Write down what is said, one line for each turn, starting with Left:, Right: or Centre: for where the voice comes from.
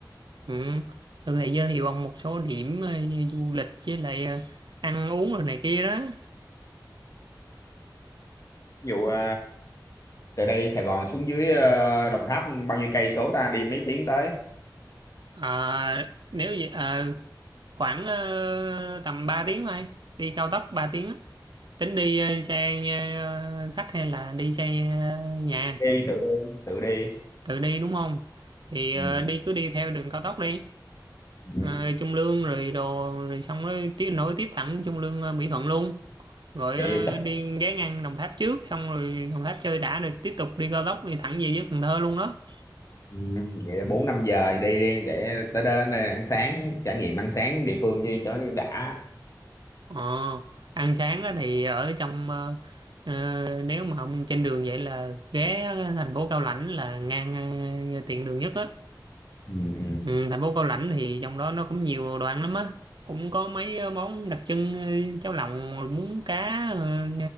Right: Ừ. Tôi có thể giới thiệu ông một số điểm ờ, du lịch với lại ờ, ăn uống rồi này kia đó.
Left: ví dụ ờ, từ đây Sài Gòn xuống dưới ờ, Đồng Tháp bao nhiêu cây số ta đi mấy tiếng tới
Right: À, nếu vậy à, khoảng ờ, tầm 3 tiếng thôi đi cao tốc 3 tiếng á tính đi ờ, xe ờ, khách hay là đi xe ờ, nhà
Left: đi tự đi tự đi
Right: tự đi đúng không thì
Left: ừ.
Right: ờ, đi cứ đi theo đường cao tốc đi
Left: Ừ.
Right: Ờ, Trung Lương rồi đồ rồi xong rồi tiếp nối tiếp thẳng Trung Lương ờ, Mỹ Thuận luôn rồi
Left: vậy
Right: ờ,
Left: yêu chắc
Right: đi ghé ngang Đồng Tháp trước xong rồi Đồng Tháp chơi đã rồi tiếp tục đi cao tốc đi thẳng về dưới Cần Thơ luôn đó
Left: ừ. vậy là bốn năm giờ đi đi để tới đó đây ăn sáng trải nghiệm ăn sáng địa phương chứ cho đã
Right: Ờ, ăn sáng á thì ở trong ờ, ờ, nếu mà ông trên đường vậy là ghé thành phố Cao Lãnh là ngang ờ, tiện đường nhất á.
Left: ừ. Ừ.
Right: Ừ, thành phố Cao Lãnh thì trong đó nó cũng nhiều đồ ăn lắm á. Cũng có mấy ờ, món đặc trưng ờ, cháo lòng, muống cá ờ,